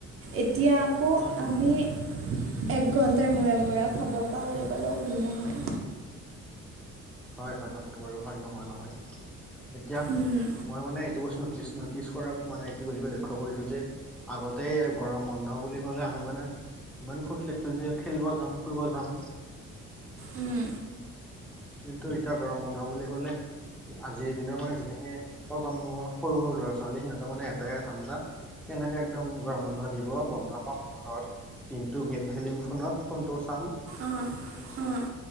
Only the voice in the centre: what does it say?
উম
উম
হয় হয়, কথাটো বাৰু হয়, নোহোৱা নহয়। এতিয়া
মই মানে এইটো বস্তু নটিচ কৰোঁ। নটিচ কৰা মানে কি বুলি কয়, লক্ষ্য কৰিছোঁ যে, আগতে গৰম বন্ধ বুলি ক'লে, আমি মানে ইমান ফুৰ্তি লাগিছিল যে, খেলিব যাম, ফুৰিব যাম।
কিন্তু এতিয়া গৰম বন্ধ বুলি ক'লে আজিৰ দিনৰ মানে যিখিনি প্ৰজন্ম, সৰু সৰু ল'ৰা-ছোৱালী, সিহঁতৰ মানে এটাই ধাণ্ডা। কেনেকে একদম গৰম বন্ধ দিব, বন্ধ পাম। ঘৰত দিনটো গেম খেলিম ফোনত, ফোনটো চাম।